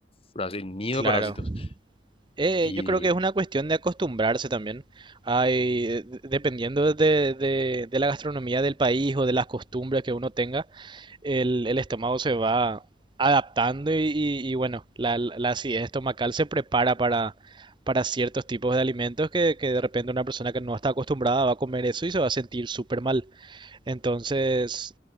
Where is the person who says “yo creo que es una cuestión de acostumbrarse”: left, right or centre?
Right